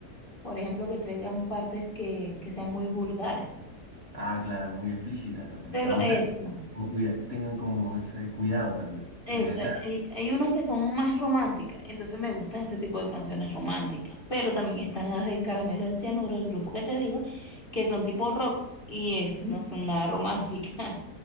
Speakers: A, on the left (about 35°); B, on the right (about 35°).
A: por ejemplo, que traigan partes que, que sean muy vulgares.
B: Ah, claro, muy explícitas también.
A: Pero
B: ¿Te gusta
A: eso,
B: que como cuida- que tengan como ese cuidado también?
A: eso,
B: Que sea...
A: hay, hay unas que son más románticas, entonces me gustan ese tipo de canciones románticas, pero también están las de Caramelo de Cianuro, el grupo que te digo, que son tipo rock y eso no son nada románticas.